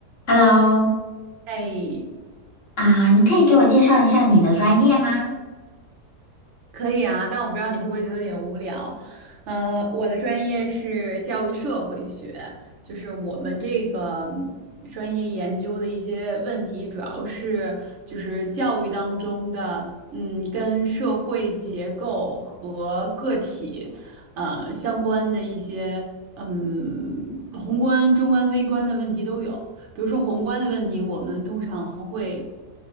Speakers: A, on the left (about 50°); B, on the right (about 50°).
A: Hello，
B: 哎，
A: 啊，你可以给我介绍一下你的专业吗？
B: 可以啊，但我不知道你会不会觉得有点无聊。嗯，我的专业是教育社会学，就是我们这个嗯专业研究的一些问题，主要是就是教育当中的，嗯，跟社会结构和个体，呃，相关的一些，嗯，宏观、中观、微观的问题都有。比如说宏观的问题，我们通常会。